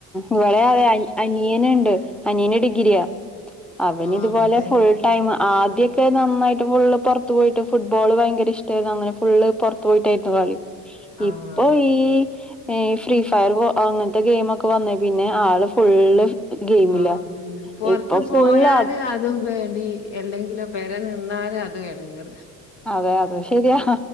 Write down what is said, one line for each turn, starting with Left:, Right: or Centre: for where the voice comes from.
Centre: ഇവിളെ അതെ അനിയനുണ്ട് അനിയന് ഡിഗ്രിയാ അവൻ
Left: ആഹ്
Centre: ഇതുപോലെ
Left: അതന്നെ
Centre: ഫുൾ ടൈം ആദ്യക്ക് ക്കെ നന്നായിട്ട് ഫുള്ള് പുറത്തു പോയിട്ട് ഫുട്ബോള് ഭയങ്കര ഇഷ്ടമായിരുന്നു അങ്ങനെ ഫുള്ള് പുറത്ത് പോയിട്ടായിരുന്നു കളി
Left: ആഹ്
Centre: ഇപ്പൊ ഈ ഈ ഫ്രീ ഫയർ അങ്ങനത്തെ ഗെയിം ഒക്കെ വന്നേ പിന്നെ ആള് ഫുള്ള് ഗെയിമിലാ
Left: ആഹ് ഇല്ല പൊറത്ത്
Centre: ഇപ്പൊ
Left: പോയാല്
Centre: ഫുള്ള്
Left: അതും വേണ്ടി എന്തെങ്കിലും പെരെ നിന്നാലും അതും ഇടങ്ങേറ്
Centre: അതെ അതും ശരിയാ